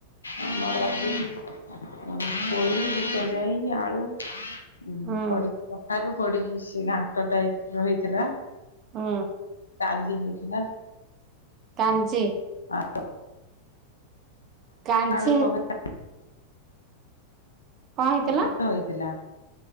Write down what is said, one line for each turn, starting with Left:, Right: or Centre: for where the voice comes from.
Left: ଆମର ପୋଇ ବୁଟଜାଇ ଆଳୁ ଉଁ
Right: ହୁଁ
Left: ପଡ଼ିକ କଖାରୁ ପଡିକି ସେ ଘାଣ୍ଟ ଟାଇପ ର ହେଇଥିଲା।
Right: ହୁଁ।
Left: ଚାଲିଛି ପା।
Right: କାଞ୍ଜି।
Left: ଆଁ
Right: କାଞ୍ଚି
Left: ଆଳୁ କଖାରୁ
Right: କଣ ହେଇଥିଲା?
Left: ଭାତ ହେଇଥିଲା।